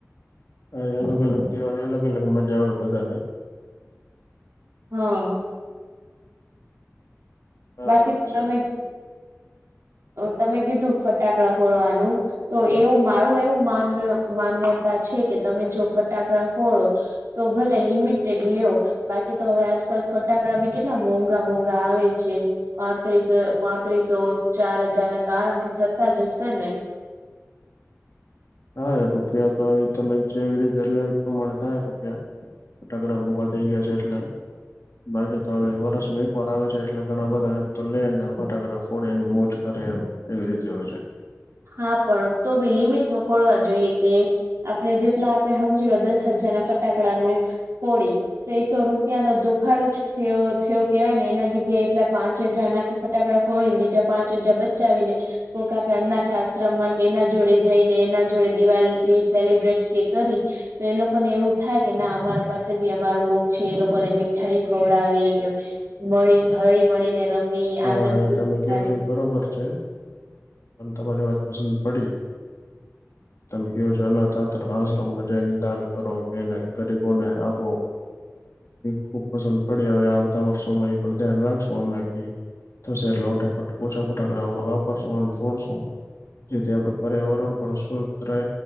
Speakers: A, on the left; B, on the right.
A: હા અલગ અલગ તેહવાર ની અલગ અલગ મજા હોય બધાની.
B: હા.
A: હા
B: બાકી તો તમે.
A: <unintelligible>
B: તમે કીધું ફટાકડા ફોડવાનું. તો એવું મારું એવું માન માન્યતા છે કે તમે જો ફટાકડા ફોડો. તો ભલે લિમિટેડ લ્યો. બાકી તો હવે આજકલ ફટાકડા બી કેટલા મોંઘા મોંઘા આવે છે. પાંત્રીસ પાંત્રી સો ચાર હજારના તો આરામ થી થતા જ હશેને?
A: હા રૂપિયા તો હવે તમે જેવી રીતે લેવી એ પ્રમાણે થાય રૂપિયા. ફટાકડા મોઘા થઇ ગયા છે એટલે. બાકી તો હવે વરસમાં એક વાર આવે છે એટલે ઘણા બધા એમ તો લે ને ફટાકડા ફોડેને મોજ કરે એમ. એવી રીતે હોય છે.
B: હા પણ તો બી લિમિટમાં ફોડવા જોઈએ કે. આપણે જેટલા આપે હમજી લો દસ હજાર ના ફટાકડા નું ફોળી. તો એતો રૂપિયા નો દોખાડો જ થયો થયો કેવાય ને એના જગ્યાએ એટલા પાંચ હજાર ના ફટાકડા ફોડીને બીજા પાંચ હજા બચાવીને. કો કા પે અનાથ આશ્રમમાં કે એના જોડે જઈને એના જોડે દિવાળી સેલિબ્રેટ કે કરી. તો એ લોકોને એવું થાય કે ના અમારા પાસે બી અમારું કોક છે. એ લોકોને મીઠાઈ ખવડાવી કે. મળી હળી મળી ને રમી
A: હા
B: આનંદ
A: એ તમે કહો
B: થાય.
A: છો એ બરોબર છે પણ તમારી વાત પસંદ પડી. તમે કવો છો એનાથાત્ર આશ્રમમાં જઈને દાન કરો કે એને ગરીબોને આપો. ખુબ પસંદ પડી હવે આવતા વર્ષોમાં એ પણ ધ્યાન રાખશો અમે થશે એટલે ટાફટ ઓછા ફટાકડા વાપરશું અને ફોડશું. જેથી આપડા પર્યાવરણ પણ શુદ્ધ રહે